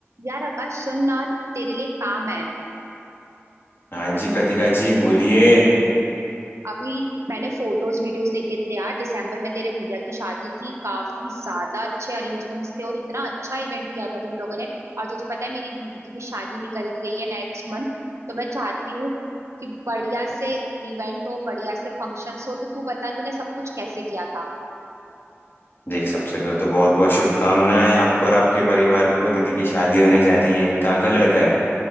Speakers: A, on the right; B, on the left.
A: यार आकाश सुन ना तेरे लिए काम है
B: हाँ जी कृतिका जी बोलिए
A: अभी मैंने फोटोज वीडियोस देखे थे यार दिसंबर में तेरे भैया की शादी थी काफी ज्यादा अच्छे अरेंजमेंट्स थे और इतना अच्छा इवेंट किया था तुम लोगों ने और तुझे पता है मेरी दीदी की भी शादी निकल गई है नेक्स्ट मंथ तो मैं चाहती हूँ कि बढ़िया से इवेंट हो बढ़िया से फंक्शंस हो तो तू बता तूने सब कुछ कैसे किया था
B: देख सबसे पहले तो बहुत बहुत शुभकामनाएं आपको और आपके परिवार को दीदी की शादी होने जा
A: धन,
B: रही है कहाँ का
A: धन,
B: लड़का है